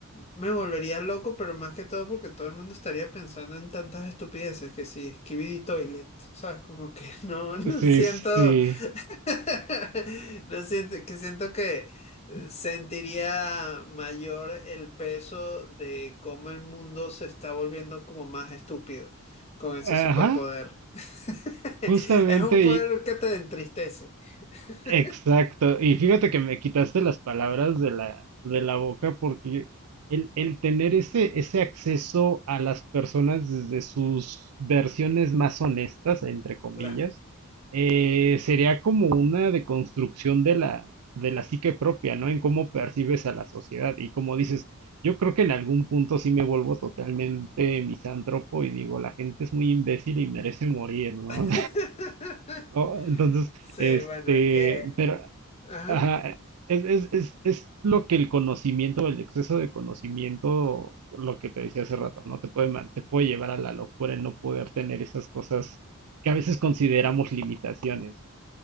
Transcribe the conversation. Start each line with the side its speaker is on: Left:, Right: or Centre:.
Left: me volvería loco, pero más que todo porque todo el mundo estaría pensando en tantas estupideces que sí, Skibidi Toilet, ¿sabes? Como que <laughs> no, no
Right: Sí,
Left: siento,
Right: sí.
Left: <laughs> No siento- que siento que eh, sentiría mayor el peso de cómo el mundo se está volviendo como más estúpido con ese superpoder.
Right: Ajá,
Left: <laughs>
Right: justamente,
Left: Es un poder que te entristece. <laughs>
Right: Exacto. Y fíjate que me quitaste las palabras de la, de la boca porque el, el tener ese, ese acceso a las personas desde sus versiones más honestas, entre comillas,
Left: Claro.
Right: eh, sería como una deconstrucción de la, de la psique propia, ¿no? En cómo percibes a la sociedad. Y como dices, yo creo que en algún punto sí me vuelvo totalmente misántropo y digo, la gente es muy imbécil y merece morir, ¿no?
Left: <laughs>
Right: Oh, entonces,
Left: Sí,
Right: este,
Left: bueno, hay que...
Right: pero,
Left: Ajá.
Right: ajá, es, es, es, es lo que el conocimiento, el exceso de conocimiento, lo que te decía hace rato, ¿no? Te puede, man- te puede llevar a la locura el no poder tener esas cosas que a veces consideramos limitaciones.